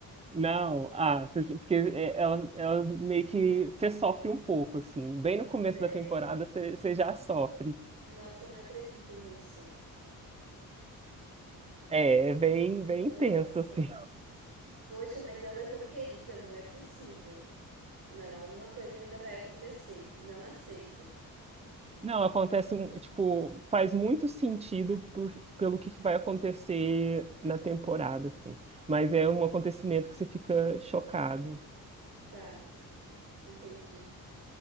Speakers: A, on the right; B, on the right.
A: não, ah, porque, porque é, ela, ela meio que você sofre um pouco, assim. Bem no começo
B: É,
A: da temporada você, você já sofre.
B: Nossa, eu não acredito nisso.
A: É, é bem,
B: Hum,
A: bem
B: Nossa.
A: intenso, assim.
B: Poxa, mas ela é tão querida, não é possível. Não, alguma coisa ainda vai acontecer. Não aceito.
A: Não, acontece, um- tipo, faz muito sentido por- pelo que que vai acontecer na temporada, assim. Mas é um acontecimento que você fica chocado.
B: Tá, entendi.